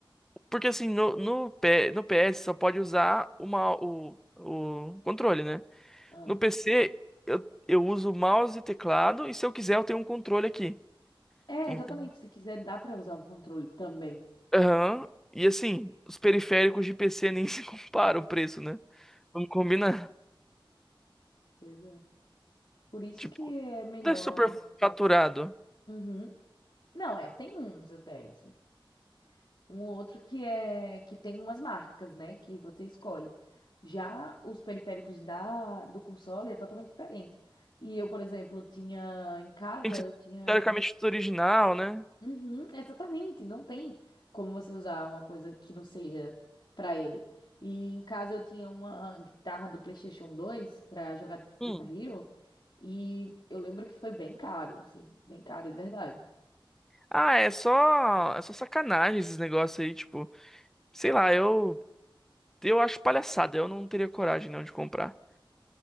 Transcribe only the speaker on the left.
Ah.
É,
exatamente. Se quiser, dá pra usar um controle também.
Pois é. Por isso
que é melhor.
Uhum. Não, é, tem uns até, assim. Um ou outro que é que tem umas marcas, né? Que você escolhe. Já os periféricos da do console é totalmente diferente. E eu, por exemplo, tinha em casa,
eu
tinha.
Uhum, exatamente, não tem como você usar uma coisa que não seja pra ele. E em casa eu tinha uma guitarra do PlayStation dois pra jogar
Guitar Hero e eu lembro que foi bem caro, assim, bem caro de verdade.